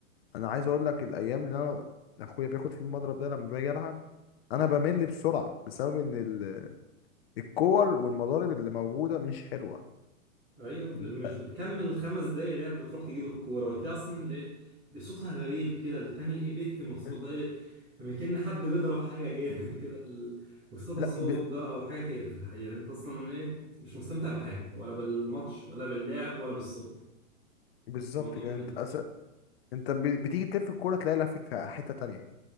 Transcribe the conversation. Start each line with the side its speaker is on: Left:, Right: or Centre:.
Left: انا عايز اقول لك الايام اللي انا اخويا بياخد فيه المضرب ده لما باجي العب انا بمل بسرعه بسبب ان ال- الكور والمضارب اللي موجوده مش حلوه
Right: ايوه ب- مش
Left: انت
Right: بتكمل الخمس دقايق لعب وتروح تجيب الكوره وتلاقي اصلا اللي إيه بصوتها غريب كده التاني ايه بيكتم الصوت
Left: <laughs>
Right: ده ايه كما كأن حد بيضرب حاجه جامد <laughs> كده ال- واستدى
Left: لا
Right: صوت
Left: ب...
Right: ده هو حاجه تقرف الحقيقه لأن انت اصلا ايه مش مستمتع بحاجه ولا بالماتش ولا باللعب ولا بالصوت
Left: بالظبط
Right: الموضوع
Left: كده
Right: ممل
Left: انت أس... انت ب... بتيجي تلف الكوره تلاقي لفت في حته تانية